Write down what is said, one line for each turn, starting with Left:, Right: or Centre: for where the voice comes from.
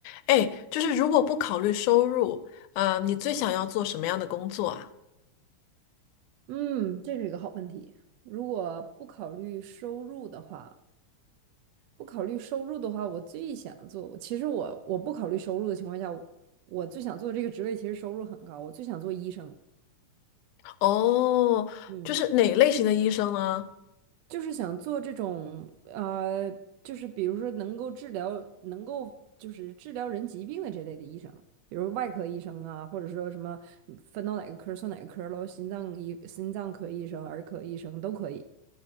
Left: 哎，就是如果不考虑收入，啊，你最想要做什么样的工作啊？
Right: 嗯，这是一个好问题。如果不考虑收入的话，不考虑收入的话，我最想做，其实我我不考虑收入的情况下，我最想做这个职位，其实收入很高，我最想做医生。
Left: 哦，
Right: 嗯，
Left: 就是哪类型的医生呢？
Right: 就是想做这种呃，就是比如说能够治疗，能够就是治疗人疾病的这类的医生，比如外科医生啊，或者说什么分到哪个科儿算哪个科儿喽，心脏医、心脏科医生、儿科医生都可以，